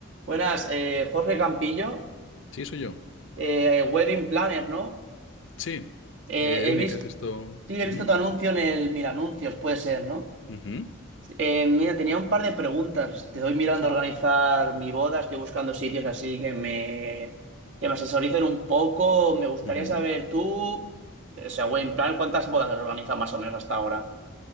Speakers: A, on the right; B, on the left.
A: Buenas, eh, Jorge Campillo,
B: Sí, soy yo.
A: eh, Wedding Planner, ¿no?
B: Sí.
A: Eh,
B: Eh, dime,
A: he visto,
B: ¿qué has visto?
A: sí, he
B: Ujú,
A: visto tu anuncio en el Mil Anuncios, puede ser, ¿no?
B: ujú,
A: Eh, mira, tenía un par de preguntas. Te doy mirando
B: Sí.
A: a organizar mi boda, estoy buscando sitios así que me, que me asesoricen un poco. Me gustaría
B: Ujú.
A: saber tú, o sea, Wedding Planner, ¿cuántas bodas has organizado más o menos hasta ahora?